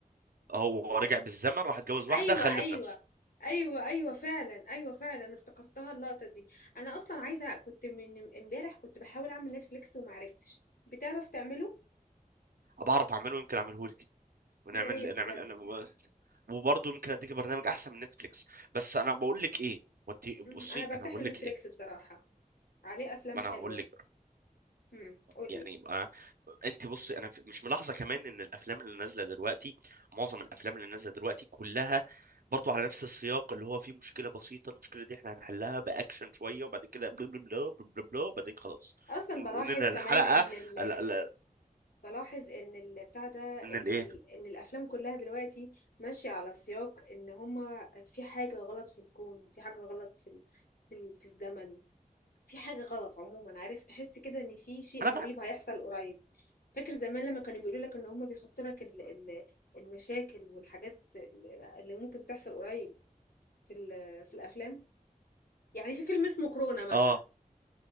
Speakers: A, on the right (about 80°); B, on the left (about 80°).
A: هو
B: الله
A: رجع بالزمن راح اتجوز واحدة
B: ايوه
A: خلف
B: ايوه
A: نفسه
B: ايوه ايوه فعلا ايوه فعلا انا افتكرتها اللقطه دي انا اصلا عايزه كنت من امبارح كنت بحاول اعمل نتفليكس وما عرفتش بتعرف تعمله
A: بعرف اعمله يمكن اعمله لك ونعمل
B: يا ريت بجد
A: نعمل نعمل- وبرضه يمكن اديك برنامج احسن من نتفليكس بس انا بقول لك ايه وانت
B: مم،
A: بصي
B: انا برتاح
A: انا بقول
B: لنتفليكس
A: لك ايه
B: بصراحه عليه افلام
A: ما انا
B: حلوه
A: اقول لك
B: امم قولي
A: يعني يبقى انت بصي انا في- مش ملاحظه كمان ان الافلام اللي نازله دلوقتي معظم الافلام اللي نازله دلوقتي كلها برضو على نفس السياق اللي هو فيه مشكله بسيطه المشكله دي احنا هنحلها باكشن شويه وبعد كده بلا بلا بلا بلا بلا بلا وبعدين خلاص
B: اصلا
A: وننهي
B: بلاحظ
A: الحلقه
B: كمان ان ال...
A: ال- ال-
B: بلاحظ ان ال... بتاع ده ان
A: من الايه
B: ال... ان الافلام كلها دلوقتي ماشيه على سياق ان هما في حاجه غلط في الكون في حاجه غلط في ال... في ال... في الزمن في حاجة غلط عموما عارف تحس كده ان في شيء
A: انا
B: مريب
A: بقى
B: هيحصل قريب فاكر زمان لما كانوا بيقولوا لك ان هم بيحطوا لك ال- ال- المشاكل والحاجات ال- اللي ممكن تحصل قريب في ال- في الافلام يعني في فيلم اسمه كورونا مثلا
A: اه